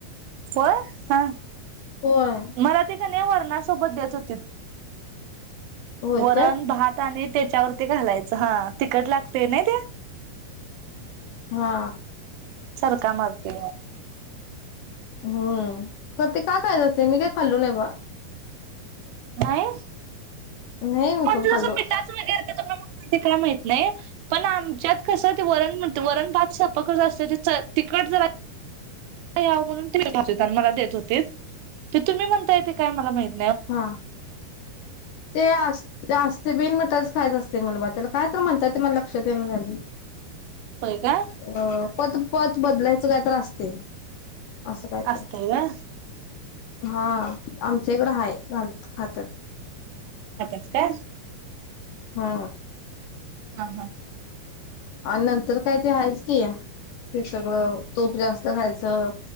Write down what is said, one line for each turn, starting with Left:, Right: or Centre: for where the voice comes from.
Right: होय हा
Left: होय
Right: मला तिकने वरणा र्सोबत देत होती
Left: होय
Right: वरण
Left: का
Right: भात आणि त्याच्यावरती घालायचं हा तिकट लागतय ना ते
Left: हा.
Right: चरका मारते
Left: हम्म ते काय खायच असते मी काय खाल्लू नाही बा
Right: नाहीय.
Left: नाही मी
Right: म्हणज
Left: पण खाल्लो
Right: जसं मिठाचं वगैरे ते काय माहित नाही पण आमच्यात कसं ते वरण म्हण वरण भात स्वयंपाक करत अस टच या म्हणून त आणि मला देत होते ते तुम्ही म्हणता येते काय मला माहिती
Left: हा ते अस असते बिन आताच खायच असतय मुलबा त्याला काय तर म्हणतात ते मला लक्षात देण झाली.
Right: होय काय?
Left: अ पत पत बदलायचं कायतर असतय. असं कायत
Right: असतय व्हय
Left: हा आमच्या इकडं हाय. हातात.
Right: हातात का?
Left: हा
Right: हा हा
Left: आणि नंतर काय ते हायच की ते सगळं तूप जास्त खायचं